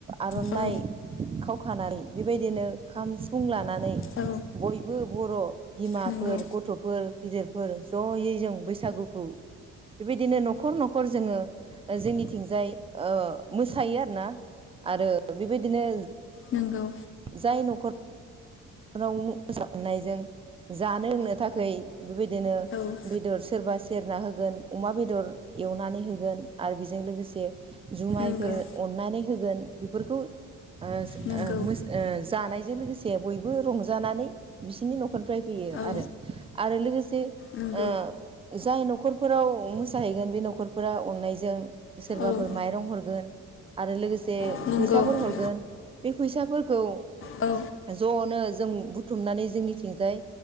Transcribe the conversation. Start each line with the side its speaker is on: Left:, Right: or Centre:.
Right: आर'नाइ
Left: औ
Right: खावखानानै बेबायदिनो खाम सिफुं लानानै
Left: औ
Right: बयबो बर' बिमाफोर
Left: नंगौ
Right: गथ'फोर गिदिरफोर जयै जों बैसागुखौ बेबायदिनो न'खर न'खर जोङो जोंनिथिंजाय ओ मोसायो आरो ना आरो बेबायदिनो
Left: नंगौ
Right: जाय न'खर नखराव मोसानायजों जानो लोंनो थाखाय बेबायदिनो
Left: औ
Right: बेदर सोरबा सेरना हो गोन अमा बेदर एवनानै होगोन आरो बेजों लोगोसे जुमायफोर
Left: नंगौ
Right: अननानै होगोन बेफोरखौ ओस
Left: नंगौ
Right: ओ मो ओ जानायजों लोगोसे बयबो रंजानानै बिसिनि न'खरनिफ्राय फैयो
Left: औ
Right: आरो आरो लोगोसे
Left: नंगौ
Right: जाय न'खर न'खफोराव मोसाहैगोन बे न'खरफोरा अननायजों सोरबाफोर
Left: औ
Right: माइरं हरगोन आरो लोगोसे
Left: नंगौ
Right: फैसाफोर हरगोन बे फैसाफोरखौ
Left: औ
Right: ज'नो जों बुथुमनानै जोंनिथिंजाय